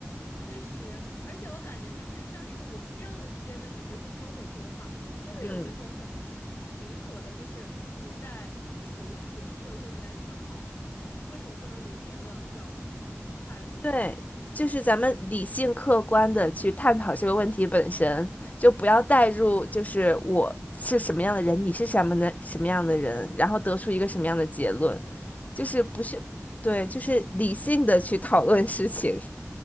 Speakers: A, on the left (about 55°); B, on the left (about 30°).
A: 确实，而且我感觉就是像是我们这样子之间的你，就是说回去的话，就是有一种很平和的，
B: <laughs> 嗯。
A: 就是你在求索，或者说你在思考为什么不能以别的这样子的态度来说明。
B: 对，就是咱们理性客观的去探讨这个问题本身，
A: 嗯，
B: 就不要带入，就是我是什么样的人，你是什么的什么样的人，然后得出一个什么样的结论，就是不是，
A: 确实，
B: 对，就是理性的去讨论事情，